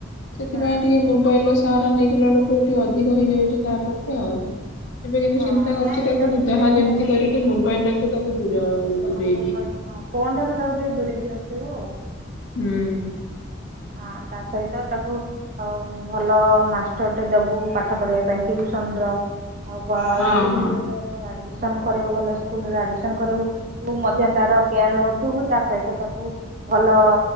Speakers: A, on the left; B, on the right.
A: ସେଥିପାଇଁ
B: ହୁଁ
A: ଟିକେ ମୋବାଇଲ ର ସାହାରା ନେଇଗଲା ବେଳକୁ ଟିକେ ଅଧିକ ହେଇଯାଉଛି ତା ପକ୍ଷେ ଆଉ। ଏବେ କିନ୍ତୁ
B: ହଁ
A: ଚିନ୍ତା କରିଛି
B: ନାଇଁ
A: ତାକୁ ଯାହା
B: ବେଶୀ
A: ଯେମିତି
B: ମୋବାଇଲ
A: କରିକି
B: ହଁ
A: ମୋବାଇଲ ଟାକୁ ତାକୁ ଦୂର ଦୂରେଇବି।
B: ମୋବାଇଲ ହଁ ଫୋନ ଠାରୁ ତାକୁ ଟିକେ ଦୂରେଇକି ବି ରଖିବୁ ଆ
A: ହୁଁ
B: ହଁ ତା ସହିତ ତାକୁ। ଆଉ ଭଲ ମାଷ୍ଟରଟେ ଦବୁ ପାଠ ପଢ଼ିବା ପାଇଁ ଟିଉସନ ର। ଆଉ କହ
A: ହଁ
B: ସ୍କୁଲ
A: ହଁ
B: ରେ ତାର ଆଡ଼ମିସ ଆଡ଼ମିସନ୍ କରେଇବୁ ଭଲ ସ୍କୁଲରେ ଆଡ଼ମିସନ୍ କରେଇବୁ ତୁ ମଧ୍ୟ ତାର କେୟାର ନେଉଥିବୁ ତା ସହିତ ତାକୁ। ଭଲ